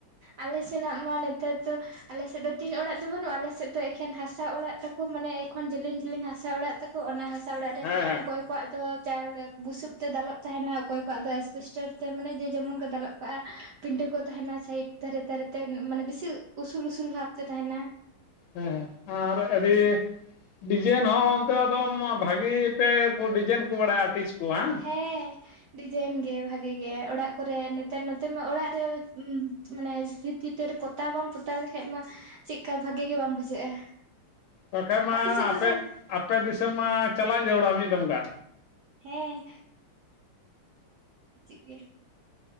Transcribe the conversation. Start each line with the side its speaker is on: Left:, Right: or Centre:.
Right: ᱟᱞᱮ ᱥᱮᱱᱟᱜ ᱢᱟ ᱱᱮᱛᱟᱨ ᱫᱚ, ᱟᱞᱮ ᱥᱮᱫ ᱫᱚ ᱴᱤᱱ ᱚᱲᱟᱜ ᱫᱚ ᱵᱟᱹᱱᱩᱜᱼᱟ ᱟᱞᱮ ᱥᱮᱫ ᱫᱚ ᱮᱠᱷᱮᱱ ᱦᱟᱥᱟ ᱚᱲᱟᱜ ᱛᱟᱠᱚ ᱢᱟᱱᱮ ᱮᱠᱷᱚᱱ ᱡᱮᱞᱮᱧ ᱡᱮᱞᱮᱧ ᱦᱟᱥᱟ ᱚᱲᱟᱜ ᱛᱟᱠᱚ᱾ ᱚᱱᱟ ᱦᱟᱥᱟ ᱚᱲᱟᱜ ᱨᱮ
Left: ᱦᱮᱸ ᱦᱮᱸ
Right: ᱚᱠᱚᱭ ᱠᱚᱣᱟᱜ ᱫᱚ ᱪᱟᱞ ᱵᱩᱥᱩᱵ ᱛᱮ ᱫᱟᱞᱚᱵ ᱛᱟᱦᱮᱱᱟ ᱚᱠᱚᱭ ᱠᱚᱣᱟᱜ ᱫᱚ ᱮᱥᱯᱮᱥᱴᱟᱨ ᱛᱮ ᱢᱟᱱᱮ ᱡᱮ ᱡᱮᱢᱚᱱ ᱠᱚ ᱫᱟᱞᱚᱵ ᱠᱟᱜᱼᱟ᱾ ᱯᱤᱸᱰᱟᱹ ᱠᱚ ᱛᱟᱦᱮᱱᱟ ᱥᱟᱭᱤᱴ ᱫᱷᱟᱨᱮ ᱫᱷᱟᱨᱮ ᱛᱮ ᱢᱟᱱᱮ ᱵᱮᱥᱤ ᱩᱥᱩᱞ ᱩᱥᱩᱞ ᱵᱷᱟᱯ ᱛᱮ ᱛᱟᱦᱮᱱᱟ᱾
Left: ᱦᱮᱸ ᱦᱮᱸ ᱟᱨ ᱟᱹᱰᱤ ᱰᱤᱡᱟᱭᱤᱱ ᱦᱚᱸ ᱚᱱᱛᱮ ᱫᱚᱢ ᱵᱷᱟᱹᱜᱤ ᱯᱮ ᱰᱤᱡᱟᱭᱤᱱ ᱠᱚ ᱵᱟᱲᱟᱭᱟ ᱟᱴᱤᱥ ᱠᱚ ᱦᱚ ᱦᱮ᱾
Right: ᱦᱮᱸ ᱰᱤᱡᱟᱭᱤᱱ ᱜᱮ ᱵᱷᱟᱜᱮ ᱜᱮ ᱚᱲᱟᱜ ᱠᱚᱨᱮ ᱱᱮᱛᱟᱨ ᱱᱚᱛᱮ ᱢᱟ ᱚᱲᱟᱜ ᱨᱮ ᱢᱟᱱᱮ ᱵᱷᱤᱛᱤᱨ ᱫᱷᱟᱨᱮ ᱯᱚᱛᱟᱣ ᱵᱟᱢ ᱯᱚᱛᱟᱣ ᱞᱮᱠᱷᱟᱡ ᱢᱟ ᱪᱮᱫ ᱠᱟ ᱵᱷᱟᱜᱮ ᱜᱮ ᱵᱟᱝ ᱵᱩᱡᱷᱟᱹᱜᱼᱟ᱾
Left: ᱵᱟᱠᱷᱟᱡ ᱢᱟ
Right: ᱥᱮᱫ
Left: ᱟᱯᱮ
Right: ᱫᱚ ᱛᱟᱦᱚᱞᱮ
Left: ᱟᱯᱮ ᱫᱤᱥᱚᱢ ᱢᱟ ᱪᱟᱞᱟᱜ ᱡᱟᱹᱨᱩᱲᱟ ᱢᱤᱫ ᱫᱚᱢ ᱜᱟᱱ᱾
Right: ᱦᱮᱸ <inaudible> ᱜᱮ